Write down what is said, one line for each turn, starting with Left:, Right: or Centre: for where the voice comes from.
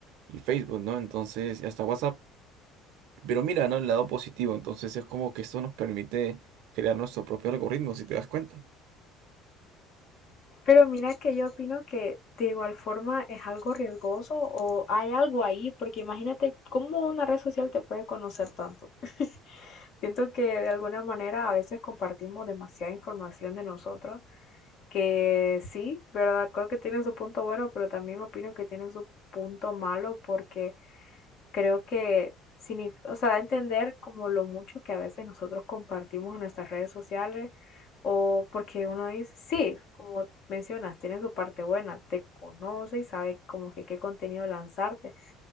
Right: y Facebook, ¿no? Entonces, y hasta WhatsApp. Pero mira, ¿no? El lado positivo. Entonces es como que esto nos permite crear nuestro propio algoritmo, si te das cuenta.
Left: Pero mira que yo opino que de igual forma es algo riesgoso o hay algo ahí, porque imagínate cómo una red social te puede conocer tanto. Siento que de alguna manera a veces compartimos demasiada información de nosotros que sí, ¿verdad? Creo que tiene su punto bueno, pero también opino que tiene su punto malo porque creo que signif- o sea, da a entender como lo mucho que a veces nosotros compartimos en nuestras redes sociales o porque uno dice, sí, como mencionas, tiene su parte buena, te conoce y sabe como que qué contenido lanzarte,